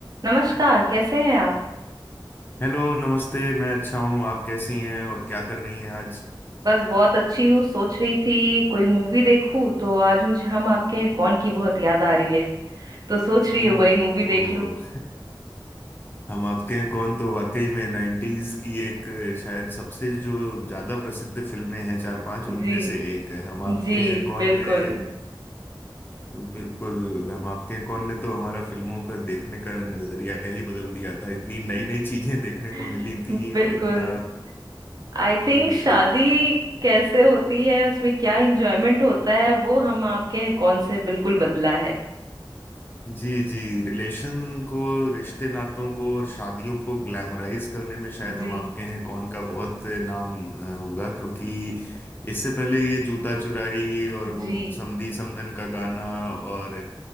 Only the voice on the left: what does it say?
Hello नमस्ते मैं अच्छा हूँ आप कैसी हैं और क्या कर रही हैं आज
ओह
ओ
<laughs> हम आपके हैं कौन तो वाकई में नाइन्टीज की एक शायद सबसे जो ज्यादा प्रसिद्ध फिल्में हैं चार पांच उनमें
से एक है हम आपके
हैं कौन
ने बिल्कुल हम आपके हैं कौन ने तो हमारा फिल्मों का देखने का नजरिया ही बदल दिया था इतनी नई नई चीजें देखने
को मिली थी
और इतना
हम्म,
एक
जी जी रिलेशन को रिश्ते नातों को और शादियों को ग्लैमराइज करने में शायद
हम आपके हैं कौन का बहुत नाम अ, होगा क्योंकि इससे पहले ये जूता चुराई और
वो समधी समधन का गाना और